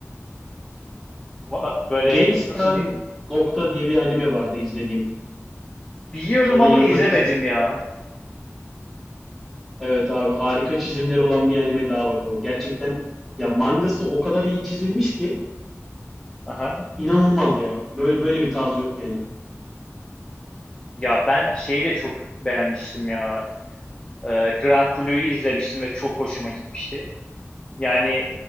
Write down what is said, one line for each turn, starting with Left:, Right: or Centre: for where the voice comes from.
Left: Va- Böyle
Centre: Gangsta
Left: nasıl diyeyim?
Centre: nokta diye bir anime vardı izlediğim.
Left: Biliyorum
Centre: Sonra
Left: ama
Centre: yarıda
Left: izlemedim
Centre: kesildim.
Left: ya.
Centre: Evet abi harika çizimleri olan bir anime daha bak o. Gerçekten ya mangası o kadar iyi çizilmiş ki
Left: Aha.
Centre: inanılmaz ya. Böyle böyle bir tarz yok yani.
Left: Ya ben şeyi de çok beğenmiştim ya. Ee, Grand Blue'yu izlemiştim ve çok hoşuma gitmişti. Yani